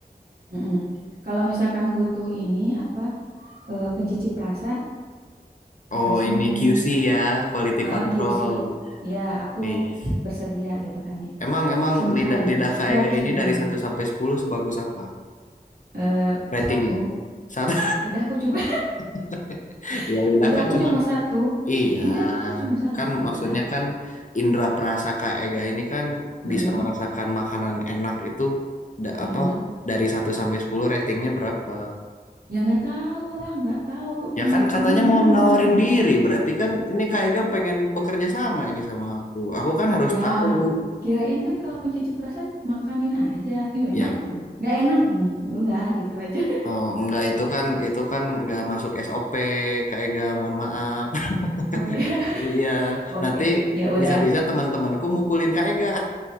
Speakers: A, on the right; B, on the left.
A: Mm-mm. Kalau misalkan butuh ini apa eh, pencicip rasa
B: Oh,
A: apa sih
B: ini
A: namanya?
B: QC ya, quality
A: Heeh,
B: control.
A: QC. Ya, aku
B: Ih.
A: bersedia gitu kan ya.
B: Emang emang
A: Cincai
B: lidah lidah
A: lah.
B: Kak
A: Gratis
B: Ega ini
A: juga
B: dari
A: boleh.
B: satu sampai 10 sebagus apa
A: Eh,
B: ratingnya?
A: satu.
B: Satu.
A: Lidahku cuma
B: <laughs>
A: <laughs>
B: Ya lidah
A: lidahku
B: kan cuman
A: cuma satu.
B: iya
A: Lidahku cuma satu
B: kan
A: kan,
B: maksudnya
A: Kak?
B: kan indra prasaka ega ini kan
A: Heeh,
B: bisa merasakan makanan enak itu da-
A: heeh.
B: apa dari satu sampai 10 ratingnya berapa?
A: Ya nggak tahu lah, nggak tahu
B: Ya
A: ngeratingnya.
B: kan katanya
A: Emang
B: mau menawarin
A: pernah ngerating?
B: diri, berarti kan ini Kak Ega pengen bekerja sama ini sama aku. Aku kan harus
A: Ya,
B: tahu.
A: kirain kan kalau pencuci perasa makanin aja. Yuk
B: Ya
A: enak, heeh. Nggak enak ini. Udah gitu aja. <laughs>
B: oh, enggak itu kan itu kan enggak masuk SOP Kak Ega, mohon maaf. <laughs>
A: Oh ya,
B: Iya,
A: Oke,
B: nanti
A: ya udah.
B: bisa-bisa teman-temanku mukulin Kak Ega.